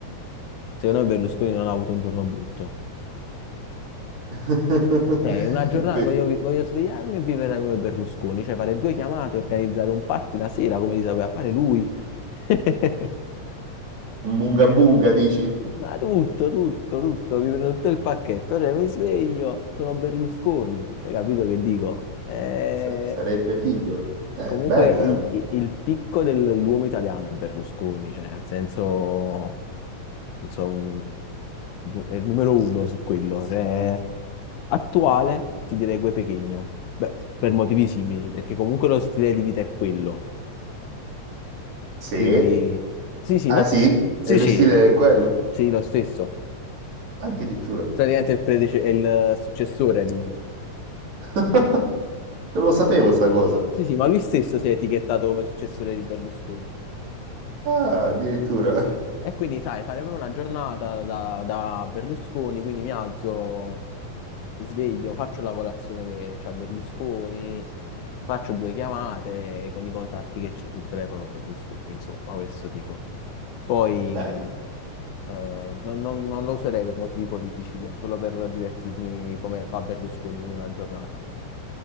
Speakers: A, on the left (about 85°); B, on the right (about 70°).
A: Secondo me Berlusconi non ha avuto un giorno brutto.
B: <laughs>
A: Cioè, una giornata,
B: Que-
A: voglio, vi- voglio svegliarmi e vivere come Berlusconi, cioè fare due chiamate, organizzare un party la sera come li sapeva fare lui. <laughs>
B: Bunga bunga, dici?
A: Ma tutto, tutto, tutto, mi prendo tutto il pacchetto, cioè mi sveglio, sono Berlusconi, cioè capito che dico? Eh,
B: <laughs> Sa- sarebbe figo. Eh,
A: comunque
B: bella.
A: il, il- il picco dell'uomo italiano è Berlusconi, cioè nel senso, insomma, è il numero uno su quello, cioè, attuale ti direi Gue Pechegno, beh, per motivi simili, perché comunque lo stile di vita è quello,
B: Sì.
A: quindi sì, sì,
B: Ah
A: no,
B: sì?
A: sì,
B: E lo
A: sì,
B: stile è quello?
A: sì, lo stesso.
B: Addirittura.
A: praticamente il, predece- è il successore di...
B: <laughs> Non lo sapevo sta cosa.
A: Sì, sì, ma lui stesso si è etichettato come successore di Berlusconi.
B: Ah, addirittura.
A: Sì, e quindi sai, fare proprio una giornata da, da Berlusconi, quindi mi alzo, mi sveglio, faccio la colazione che c'ha Berlusconi, faccio due chiamate con i contatti che c'ha sul telefono Berlusconi, insomma, questo dico. Poi
B: Bello.
A: mh, eh, non, non- non lo userei per motivi politici, io, solo per divertirmi come fa Berlusconi in una giornata.